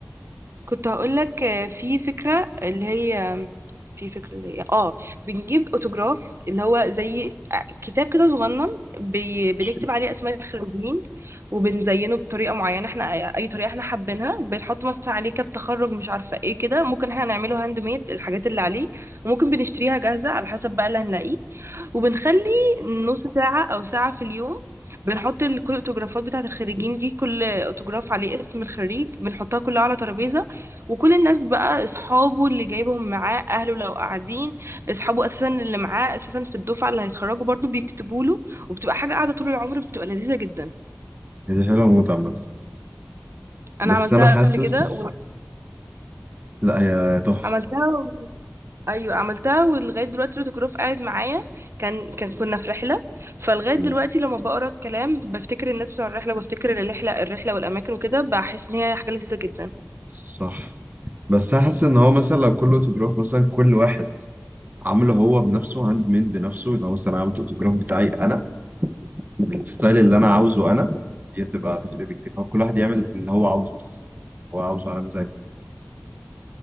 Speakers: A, on the right; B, on the right.
A: كنت هقولك آه، في فكرة اللي هي في فكرة اللي هي اه بنجيب اوتوجراف اللي هو زي آه، كتاب كده صغنن بي... بنكتب
B: مش-
A: عليه اسماء الخريجين وبنزينه بطريقة معينة احنا اي طريقة احنا حابينها بنحط مثلا عليه كاب تخرج مش عارفة ايه كده ممكن احنا نعمله هاند ميد الحاجات اللي عليه وممكن بنشتريها جاهزة على حسب بقى اللي هنلاقيه وبنخلي نص ساعة أو ساعة في اليوم بنحط ال- كل الأوتوجرافات بتاعة الخريجين دي كل أوتوجراف عليه اسم الخريج بنحطها كلها على ترابيزة وكل الناس بقى أصحابه اللي جايبهم معاه أهله لو قاعدين أصحابه أساسا اللي معاه أساسا في الدفعة اللي هيتخرجوا برضو بيكتبوا له وبتبقى حاجة قاعدة طول العمر بتبقى لذيذة جدا
B: هي دي حلوه موت عامه
A: أنا
B: بس
A: عملتها
B: انا حاسس
A: قبل كده
B: لا هي تحفه
A: وعملتها ايوه عملتها ولغايه دلوقتي الاوتوجراف قاعد معايا كان كان كنا في رحله فلغايه
B: مم.
A: دلوقتي لما بقرا الكلام بفتكر الناس بتوع الرحله وبفتكر الرحله الرحله والاماكن وكده بحس ان هي حاجه لذيذه جدا
B: صح بس انا حاسس ان هو مثلا لو كله اوتوجراف مثلا كل واحد عامله هو بنفسه هاند ميد بنفسه اللي هو مثلا عملت الاوتوجراف بتاعي انا بالستايل اللي انا عاوزه انا دي هتبقى تفرق بكتير هو كل واحد يعمل اللي هو عاوزه بس هو عاوزه على مزاجه